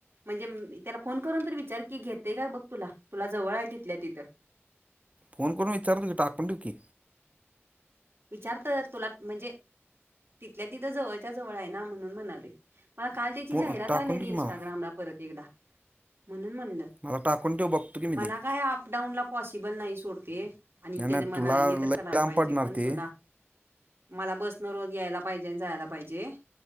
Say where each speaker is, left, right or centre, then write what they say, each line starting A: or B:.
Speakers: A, on the right (about 55°); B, on the right (about 30°).
A: म्हणजे त्याला फोन करून तर विचार की घेतेय काय बघ तुला तुला जवळ आहे तिथल्या तिथं.
B: फोन करून विचारतो की टाकून ठेव की.
A: विचार तोय तूला म्हणजे तिथल्या तिथं जवळच्या जवळ आहे ना म्हणून म्हणालोय. मला काल त्याची
B: फो
A: जाहिरात
B: टाकून
A: आलेली
B: ठेव की
A: इंस्टाग्रामला
B: मला
A: परत एकदा म्हणून म्हणलं.
B: मला टाकून ठेव बघतो की मी
A: मला
B: ते
A: काय अपडाऊन ला पॉसिबल नाही सोड ते. आणि
B: नाही
A: त्याने
B: नाही
A: मला
B: तुला
A: हे तर
B: लय
A: करायला
B: लांब
A: पाहिजे
B: पडणार
A: पण
B: ते
A: तुला. मला बसनं रोज यायला पाहिजे, आणि जायला पाहिजे.